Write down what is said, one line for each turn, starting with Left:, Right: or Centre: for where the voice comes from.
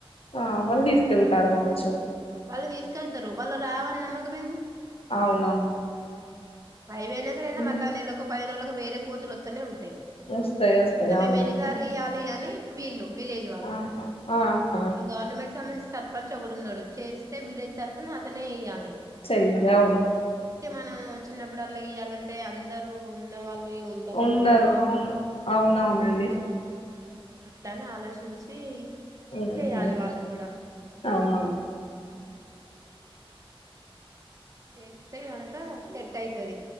Left: ఆ వాళ్ళు తీసుకెళ్తారు కావచ్చు.
Right: వాళ్ళు తీసుకెళ్తారు మల్ల రావని నమ్మకమెంది.
Left: అవునవును
Right: పై వెలు ఎదురైనా
Left: హ్మ్.
Right: మళ్ళా నెలకో పదిహెను రోజులకో వేరే కోతులొత్తనే ఉంటై
Left: వస్తాయి వస్తాయి
Right: ఇట్ల మేము
Left: అవునండి
Right: ఎన్నిసార్లు ఇయ్యాలి అని వీళ్ళు విలేజ్ వాళ్ళు,
Left: ఆహా ఆహా
Right: ఇప్పుడు గవర్నమెంట్ సంబంధి సర్పంచ్ ఒకడు ఉన్నడు, చేస్తే విలేజ్ తరఫున అతనే ఎయ్యాలె
Left: చెయ్ లేవము
Right: తే మనం చిన్నప్పుడల్లా ఇయ్యాలంటే అందరు ఉన్న వాళ్ళు రె ఉంటరని
Left: ఉండరు
Right: నమ్మకం ఏముంది?
Left: అవును అవునవునండి
Right: ఉమ్ అట్లానే ఆలోచించి
Left: ఉహు.
Right: చేయాలె వాళ్ళు కూడా
Left: అవునవును
Right: ఉమ్ చేస్తే కనక సెట్ ఐతది.